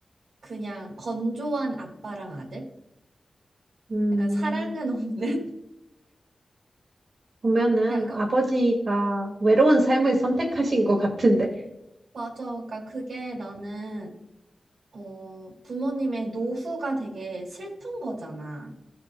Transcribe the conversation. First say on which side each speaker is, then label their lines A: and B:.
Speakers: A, on the right; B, on the right.
A: 그냥 건조한 아빠랑 아들?
B: 음,
A: 약간 사랑은 없는?
B: 보면은
A: <laughs> 그냥, 그러니까,
B: 아버지가
A: 음,
B: 외로운 삶을 선택하신 것 같은데.
A: 맞아. 그러니까 그게 나는, 어, 부모님의 노후가 되게 슬픈 거잖아.